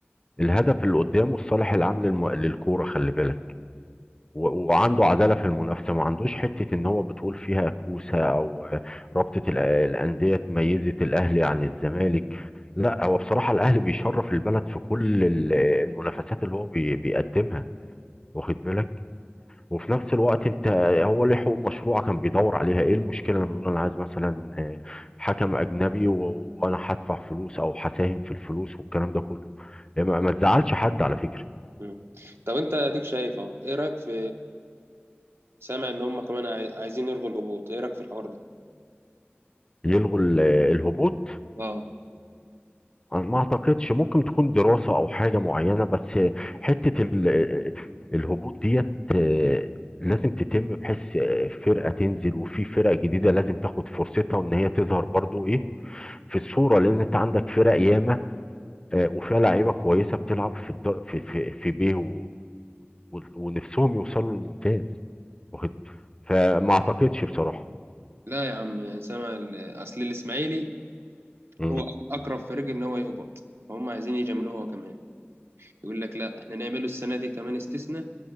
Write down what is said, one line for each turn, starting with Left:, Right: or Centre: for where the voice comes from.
Left: الهدف اللي قدامه الصالح العام للم- للكورة خلي بالك و- وعنده عدالة في المنافسة ما عندوش حتة ان هو بتقول فيها كوسة او آه، رابطة الأ- الأندية ميزت الأهلي عن الزمالك لا هو بصراحة الأهلي بيشرف البلد في كل ال- المنافسات اللي هو بي- بيقدمها واخد بالك وفي نفس الوقت انت هو ليه حقوق مشروعة كان بيدور عليها ايه المشكلة لما يقول انا عايز مثلا آه، حكم اجنبي و- وانا هدفع فلوس او هساهم في الفلوس والكلام ده كله ما ما تزعلش حد على فكرة
Right: مم. طب انت اديك شايف اهو ايه رايك في سامع ان هم كمان عاي- عايزين يلغوا الهبوط ايه رايك في الحوار ده
Left: يلغوا ال- الهبوط
Right: اه
Left: أنا ما اعتقدش ممكن تكون دراسة او حاجة معينة بس حتة ال- الهبوط ديت آه، لازم تتم بحيث آه، فرقة تنزل وفي فرق جديدة لازم تاخد فرصتها وان هي تظهر برضو ايه في الصورة لان انت عندك فرق ياما آه، وفيها لعيبة كويسة بتلعب في الدر في في في بيه و- و- ونفسهم يوصلوا للممتاز واخد فما اعتقدش بصراحة
Right: لا يا عم سامع ال- اصل الاسماعيلي
Left: امم
Right: هو اقرب فريق ان هو يهبط فهم عايزين يجاملوه هو كمان يقول لك لا احنا نعمله السنه دي كمان استثناء